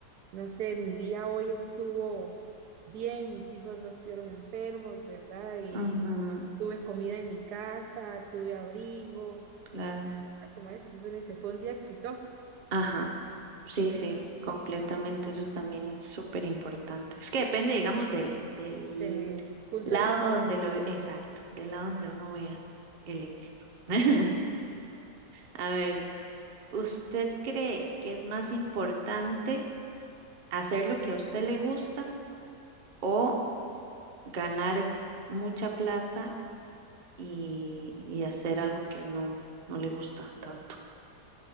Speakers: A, on the right; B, on the right.
A: no sé, mi día hoy estuvo bien, mis hijos no estuvieron enfermos, ¿verdad? Y
B: ujú,
A: tuve comida en mi casa, tuve abrigo,
B: claro,
A: como eso, entonces uno dice, fue un día exitoso,
B: ajá, sí,
A: ¿verdad?
B: sí, completamente, eso también es súper importante. Es que depende, digamos, de, del
A: Del punto
B: lado
A: de vista.
B: donde lo, exacto, del lado donde uno vea el éxito. <laughs> A ver, ¿usted cree que es más importante hacer lo que a usted le gusta o ganar mucha plata y, y hacer algo que no, no le gusta tanto?